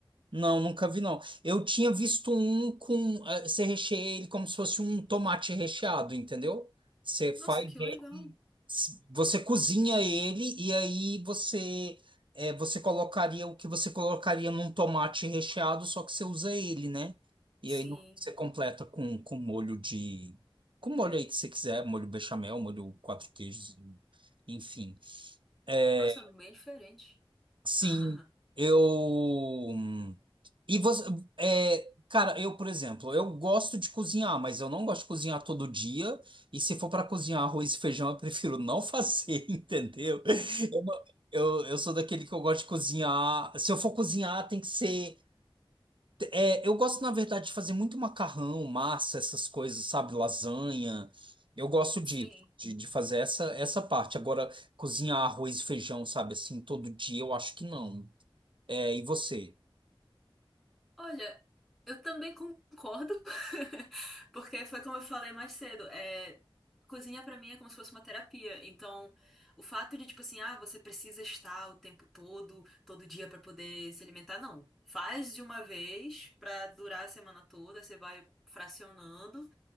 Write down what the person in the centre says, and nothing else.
Nossa, que
legal.
Sim.
Nossa, bem diferente.
<laughs>
Sim.
Olha, eu também concordo, <laughs> porque foi como eu falei mais cedo, é, cozinha pra mim é como se fosse uma terapia. Então, o fato de tipo assim, ah, você precisa estar o tempo todo, todo dia pra poder se alimentar, não. Faz de uma vez pra durar a semana toda, você vai fracionando